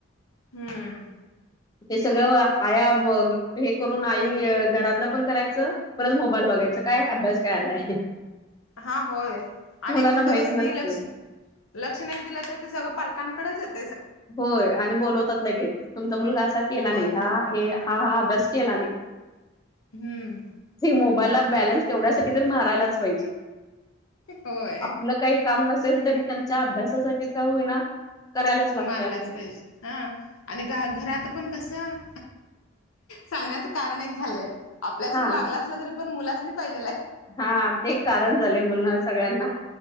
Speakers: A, on the left (about 80°); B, on the left (about 20°).
A: हम्म
B: ते सगळं आया हे करून आई घरातलं पण करायचं. परत मोबाईल बघायचां काय अभ्यास काय आलाय.
A: हा होय आणि
B: मुलांना
A: एखादा
B: माहित
A: वेळेस नाय
B: नसतय
A: लक्ष लक्ष नाय दिलं तर ते सगळं पालकांकडच येत
B: होय आणि बोलवतात लगेच तुमचा मुलगा असा केला
A: होय.
B: नाय हा हे हा हा अभ्यास केला नाय.
A: हम्म.
B: ते मोबाईल ला बॅलन्स तेवड्यासाठी तर मारायलाच पाहिजे.
A: होय
B: आपलं काही काम नसेल तरी त्यांच्या अभ्यासासाठी का होईना करायलाच लागतय
A: मारालाच
B: आपल्याला.
A: पाहिजे हा आणि घरात पण कसं सांगण्याचं कारण एक झालंय आपल्यास
B: हा
A: लागला असल तरी पण मुलासनी पाहिजेलाय.
B: हा ते एक कारण झालय मुल सगळ्यांना.